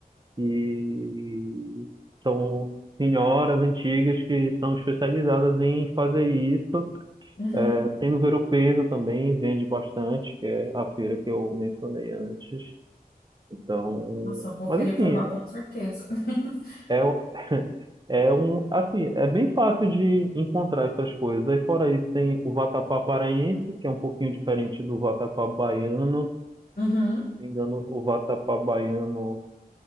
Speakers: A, on the right; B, on the left.
A: e são senhoras antigas que são especializadas em fazer isso.
B: Uhum.
A: É, Tem no Ver-o-Peso também, vende bastante, que é a feira que eu mencionei antes. Então,
B: Nossa, eu vou
A: mas
B: querer
A: assim,
B: provar com certeza. <laughs>
A: é, é um, assim, é bem fácil de encontrar essas coisas. Aí fora isso tem o vatapá paraense, que é um pouquinho diferente do vatapá baiano.
B: Uhum.
A: me engano, o vatapá baiano.